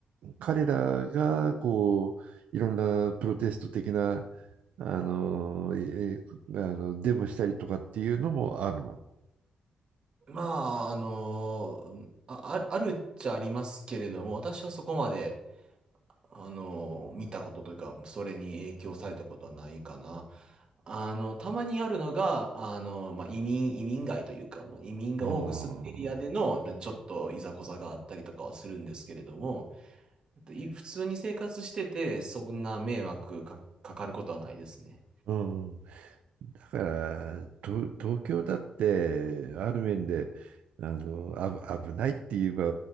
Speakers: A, on the right (about 80°); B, on the right (about 40°).
A: 彼らが、こう、いろんなプロテスト的な、あの、えあの、デモしたりとかっていうのもあるの。
B: まあ、あのあ、ああるっちゃありますけれども、私はそこまで、あの見たことというか、それに影響されたことはないかな。あの、たまにあるのが、あの、まあ、移民、移民街というか、まあ、移民が多く住んでるエリアでの、
A: あ
B: ちょっといざこざがあったりとかはするんですけれども、えっとい普通に生活してて、そんな迷惑か、かかることはないですね。
A: あ、うん、だからと東京だってある面であのあぶ危ないって言えば、え